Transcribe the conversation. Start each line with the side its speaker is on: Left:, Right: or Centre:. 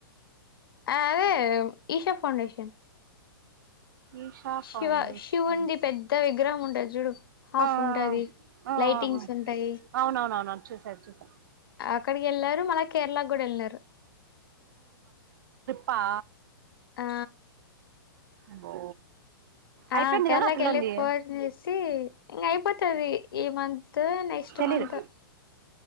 Left: అదే ఈశా ఫౌండేషన్
Right: ఈషా
Left: శివా
Right: ఫౌండేషన్
Left: శివున్డి పెద్ద వి విగ్రామ్ ఉంటది చూడు హాఫ్
Right: ఆ ఆఆ
Left: ఉంటది
Right: ఆ ఆ
Left: లైటింగ్స్ ఉంటాయి
Right: అవునవునవునుచూసాన్చూసాను
Left: ఆక్కవి ఎళ్ళారు మళ్ళ కేరళకు గూడా వెళ్లారు.
Right: పా
Left: ఆ
Right: అబ్బో
Left: ఆ
Right: అయిపోయింది
Left: కేరళాకెళ్ళి
Right: కదా ఆ పిల్లంది
Left: ఫోన్ చేసి ఇంగయిపోతది ఈ మంత్ నెక్స్ట్
Right: తెలీదు
Left: మంతో,